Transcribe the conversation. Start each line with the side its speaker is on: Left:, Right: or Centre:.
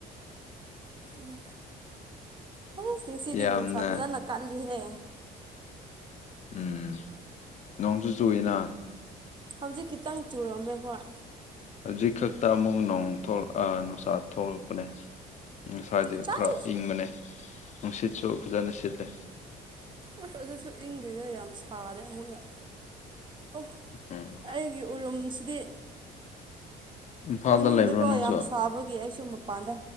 Right: ꯎꯝ ꯑꯁ ꯉꯁꯤꯗꯤ
Left: ꯌꯥꯝꯅ
Right: ꯅꯨꯡꯁꯥ ꯐꯖꯅ ꯀꯜꯂꯤꯍꯦ
Left: ꯎꯝ ꯅꯣꯡꯁꯨꯨ ꯆꯨꯏꯌꯦꯅ
Right: ꯍꯧꯖꯤꯛ ꯈꯤꯇꯪ ꯆꯨꯔꯝꯃꯦ ꯍꯣꯏ
Left: ꯍꯧꯖꯤꯛ ꯈꯛꯇ ꯑꯃꯨꯛ ꯅꯣꯡ ꯊꯣꯂꯛ ꯑ ꯅꯨꯡꯁꯥ ꯊꯣꯛꯂꯛꯄꯅꯦ ꯉꯁꯥꯏꯗꯤ
Right: ꯈꯤꯇꯪ
Left: ꯈꯔ
Right: ꯑꯁ
Left: ꯏꯪꯕꯅꯦ ꯅꯨꯡꯁꯤꯠꯁꯨ ꯐꯖꯅ ꯁꯤꯠꯂꯦ
Right: ꯑꯁ ꯑꯗꯨꯁꯨ ꯏꯪꯗꯦꯗ ꯌꯥꯝ ꯁꯥꯔꯦ ꯑꯃꯨꯛ ꯌꯥꯝ ꯑꯣ
Left: ꯎꯝ
Right: ꯑꯩꯒꯤ ꯎꯔꯨꯝꯁꯤꯗꯤ
Left: ꯏꯝꯐꯥꯜꯗ
Right: ꯃꯅꯨꯡꯗꯀꯣ
Left: ꯂꯩꯕ꯭ꯔꯣ ꯅꯪꯁꯨ
Right: ꯌꯥꯝ ꯁꯥꯕꯒꯤ ꯑꯩꯁꯨ ꯃꯄꯥꯟꯗ